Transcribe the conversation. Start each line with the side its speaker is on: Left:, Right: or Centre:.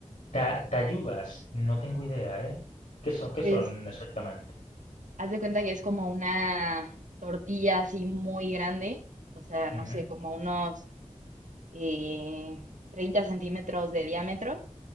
Left: Ta- Tayudas, no tengo idea, ¿eh? ¿Qué son, qué
Right: Pues
Left: son exactamente?
Right: Haz de cuenta que es como una tortilla así muy grande, o sea, no
Left: Ujú,
Right: sé, como unos eh, 30 centímetros de diámetro.